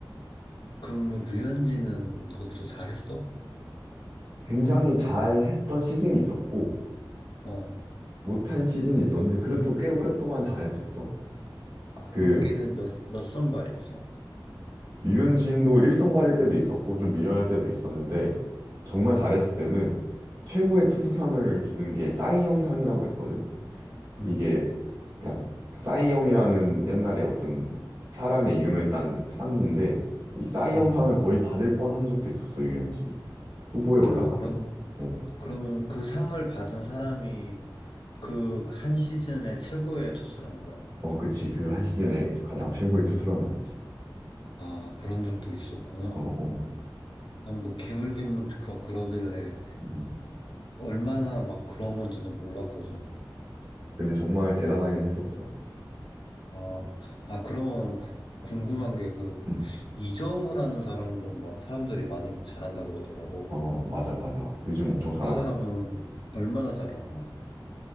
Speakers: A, on the left (about 75°); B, on the right (about 45°).
A: 그럼 류현진은 거기서 잘했어?
B: 굉장히 잘했던 시즌이 있었고,
A: 어.
B: 못한 시즌이 있었는데, 그래도 꽤 오랫동안 잘했었어. 아, 그
A: 그럼 걔는 몇, 몇 선발이었어?
B: 유현진도 일선발일 때도 있었고 좀 밀려날 때도 있었는데 정말
A: 음,
B: 잘했을 때는 최고의 투수상을 주는 게 싸이영상이라고 있거든.
A: 음,
B: 이게 약 싸이영이라는 옛날에 어떤 사람의 이름을 딴 상인데 이 싸이영상을
A: 음.
B: 거의 받을 뻔한 적도 있었어 유현진이 후보에 올라갔었어.
A: 아, 그럼,
B: 어,
A: 그러면 그 상을 받은 사람이 그 한 시즌의 최고의 투수라는 거야?
B: 어, 그치 그 한 시즌에 가장 최고의 투수라는 거지.
A: 아, 그런 적도 있었구나.
B: 어, 어. 음.
A: 난 뭐 개물개물 그- 그러길래
B: 음.
A: 얼마나 막 그런 건지는 몰랐거든.
B: 근데 정말 대단하긴 했었어.
A: 아, 아, 그러면 그- 궁금한 게 그
B: 응.
A: 이정우라는 사람도 막 사람들이 많이 잘한다 그러더라고.
B: 어, 맞아, 맞아. 요즘 엄청 잘하고
A: 그 사람은
B: 있지.
A: 얼마나 잘하는 거야?